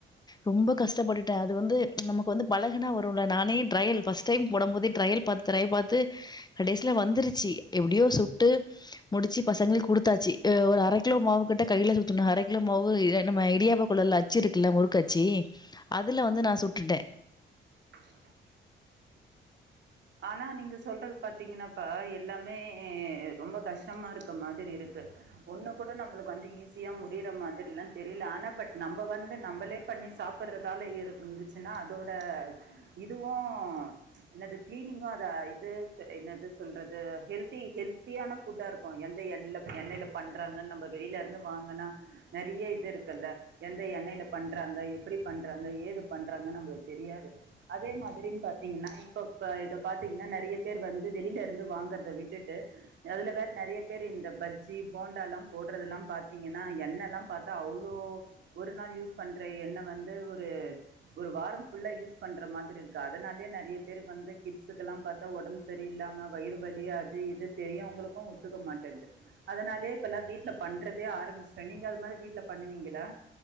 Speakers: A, on the left; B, on the right.
A: ரொம்ப கஷ்டப்பட்டுட்டே அது வந்து நமக்கு வந்து பழகுனா வருன்ல நானே ட்ரையல் ஃபஸ்ட் டைம் போடபோதே ட்ரையல் பாத்து ட்ரையல் பாத்து கடைசில வந்துருச்சு எப்டியோ சுட்டு முடிச்சி பசங்களுக்கு குடுத்தாச்சு ஒரு அர கிலோ மாவு கிட்ட கையில சுத்துன அர கிலோ மாவு நம்ம இடியாப்ப கொழல்ல அ ச்சி இருக்குல்ல முறுக்கட்சி அதுல வந்து நா சுட்டுட்டே
B: <inaudible> ஆனா நீங்க சொல்றது பாத்தீங்கன்னாப்பா எல்லாமே ரொம்ப கஷ்டமா இருக்க மாதிரி இருக்கு ஒன்ன கூட நம்பளுக்கு வந்து ஈஸியா முடியிற மாதிரில்லா தெரில ஆனா பட் நம்ப வந்து நம்பளே பன்னி சாப்புடுறதால இருந் இருந்துச்சுன்னா அதோட இதுவு என்னது கிளீனிங்கு அத இது என்னது சொல்றது ஹெல்தி ஹெல்த்தியான ஃபுட்டா இரு க்கு எந்த எண்ண எண்ணெல பண்றாங்கன்னு நம்ப வெளில இருந்து வாங்குனா நெறைய இது இருக்குல்ல எந்த எண்ணெல பண்றாங்க எப்டி பண்றாங்க ஏது பண்றாங்கன்னு நம்பளுக்கு தெரியாது அதே மாதிரினு பாத்தீங்ன்னா இப்ப இப்ப இத பாத்தீங்ன்னா நெறைய பேர் வந்து வெளில இருந்து வாங்குறத விட்டுட்டு அதுல வேற நெறைய பேரு இந்த பஜ்ஜி போண்டால்லா போடுறதுல்லா பாத்தீங்ன்னா எண்ணெல்லா பாத்தா அவ்ளோ ஒரு நாள் யூஸ் பண்ற எண்ணெ வந்து ஒரு ஒரு வாரம் ஃபுல்லா யூஸ் பண்ற மாதிரி இருக்கு அதனாலே நெறைய பேருக் கு வந்து கிட்ஸுக்குலா பாத்தா ஒடம்பு சரி இல்லாம வயிறு வலி அது இது பெரியவங்களுக்கு ஒத்துக்க மாட்டேது அதனாலயே இப்ப எல்லா வீட்ல பண்றதே ஆரம்பிச்ட்டே நீங்க அது மாதிரி வீட்ல பண்ணுவீங்களா